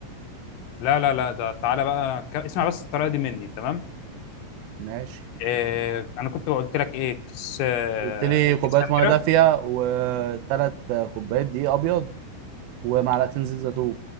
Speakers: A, on the left (about 75°); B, on the right (about 80°).
A: لا لا لا ده تعالى بقى أنا ك- اسمع بس الطريقه دي مني تمام
B: ماشي
A: إيه انا كنت قلت لك ايه كيس آه،
B: قلت لي كوبايه
A: كيس خميره
B: ميه دافيه وثلاث كوبايات دقيق ابيض ومعلقتين زيت زيتون